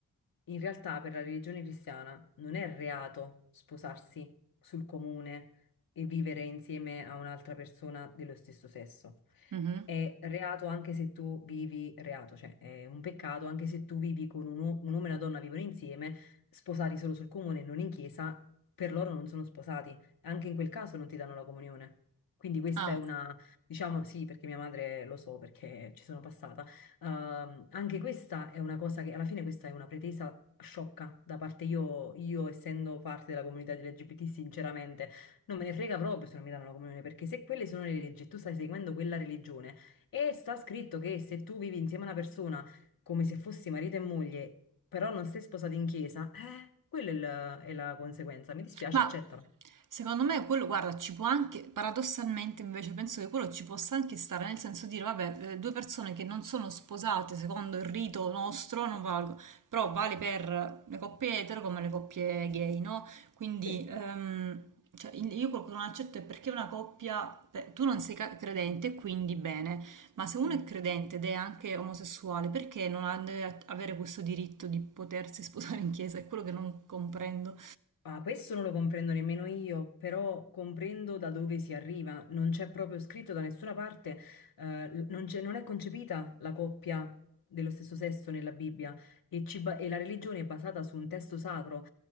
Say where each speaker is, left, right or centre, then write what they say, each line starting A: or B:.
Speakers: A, on the left; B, on the right.
A: in realtà per la religione cristiana non è reato sposarsi sul comune e vivere insieme a un'altra persona dello stesso sesso.
B: Mhm.
A: È reato anche se tu vivi, reato, cioè è un peccato anche se tu vivi con un, u- un uomo e una donna vivono insieme, sposati solo sul comune e non in chiesa, per loro non sono sposati. Anche in quel caso non ti danno la comunione. Quindi questa
B: Ah.
A: è una, diciamo, sì, perché mia madre lo so, perché ci sono passata Ehm, anche questa è una cosa che alla fine questa è una pretesa sciocca da parte io, io essendo parte della comunità LGBT, sinceramente non me ne frega proprio se non mi danno la comunione, perché se quelle sono le leggi, e tu stai seguendo quella religione e sta scritto che se tu vivi insieme a una persona come se fossi marito e moglie, però non sei sposato in chiesa, eh, quella è la, è la conseguenza. Mi dispiace,
B: Ma
A: accettala.
B: secondo me quello, guarda, ci può anche, paradossalmente invece penso che quello ci possa anche stare, nel senso dire, vabbè, eh, due persone che non sono sposate secondo il rito nostro non valgono, però vale per le coppie etero come le coppie gay, no? Quindi
A: Sì.
B: ehm, cioè, il- io quello che non accetto è perché una coppia, beh, tu non sei ca- credente, quindi bene, ma se uno
A: Mhm.
B: è credente ed è anche omosessuale, perché non ha- deve avere questo diritto di potersi sposare in chiesa? È quello che non comprendo.
A: Ah, questo non lo comprendo nemmeno io, però comprendo da dove si arriva. Non c'è proprio scritto da nessuna parte, eh, l- non c'è- non è concepita la coppia dello stesso sesso nella Bibbia e, ci ba- e la religione è basata su un testo sacro.